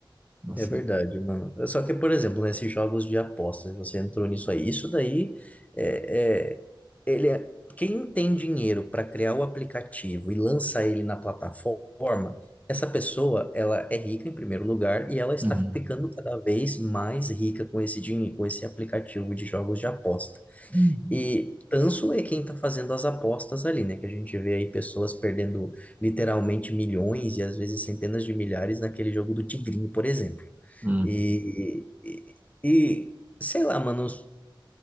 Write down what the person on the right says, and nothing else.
não
sei.
Uhum.
Hum.
Hum,